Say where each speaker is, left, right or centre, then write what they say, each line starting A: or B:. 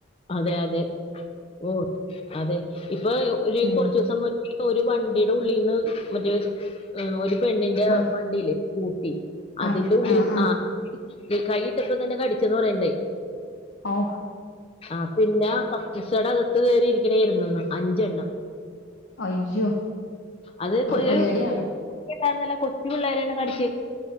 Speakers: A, on the left; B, on the left.
A: അതെ അതെ ഓഹ് അതെ ഇപ്പൊ ഒരു
B: ഉം
A: കൊർച്ചൂസം മു ഒരു വണ്ടിയുടെ ഉള്ളിൽന്ന് മറ്റേ ഒരു പെണ്ണിന്റെ
B: ആഹ്
A: വണ്ടില്ലേ കൂട്ടി അതിന്റെ
B: ആഹ്
A: ഉള്ളിൽ
B: ആഹ് ആഹ്
A: ആ ഈ കൈയിട്ടപ്പ തന്നെ കടിച്ചെന്ന് പറയണ്ടേ
B: ഓഹ്
A: ആഹ് പിന്നെ കക്കൂസയുടെ അകത്ത് കയറിയിരിക്കണായിരുന്നുന്ന് അഞ്ചെണ്ണം
B: അയ്യോ
A: അത് <unintelligible>
B: പേടിയാണ്
A: കൊച്ചു പിള്ളേരെ <unintelligible>